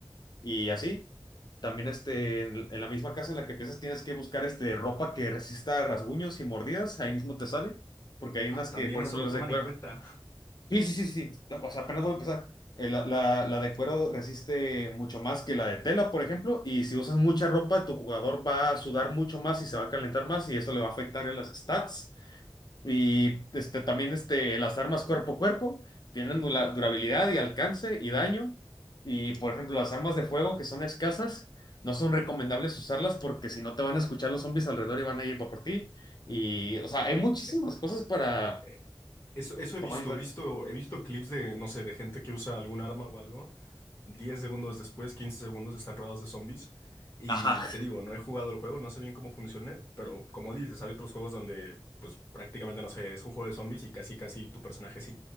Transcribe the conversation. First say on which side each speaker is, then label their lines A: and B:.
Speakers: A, on the left (about 50°); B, on the left (about 25°).
A: Y así. También este, en, en la misma casa en la que piensas tienes que buscar este, ropa que resista rasguños y mordidas. Ahí mismo te sale. Porque hay
B: Ah,
A: unas
B: también
A: que, por
B: eso
A: ejemplo,
B: lo
A: las
B: toman
A: de cuero.
B: en cuenta.
A: Sí, sí, sí, sí. sí. O sea, apenas voy a empezar. Eh, la, la- la de cuero resiste mucho más que la de tela, por ejemplo, y si usas mucha ropa, tu jugador va a sudar mucho más y se va a calentar más y eso le va a afectar en las stats. Y este, también este, las armas cuerpo a cuerpo tienen dura- durabilidad y alcance y daño. Y por ejemplo, las armas de fuego que son escasas, no son recomendables usarlas porque si no te van a escuchar los zombies alrededor y van a ir por ti. Y, o sea, hay muchísimas
B: <laughs>
A: cosas para
B: Eh, Eso, eso he
A: tomar
B: visto,
A: en cuenta.
B: he visto, he visto clips de, no sé, de gente que usa algún arma o algo. diez segundos después, 15 segundos, están rodeados de zombies. Y
A: Ajá.
B: te digo, no he jugado el juego, no sé bien cómo funcione, pero como dices, hay otros juegos donde, pues prácticamente, no sé, es un juego de zombies y casi, casi tu personaje es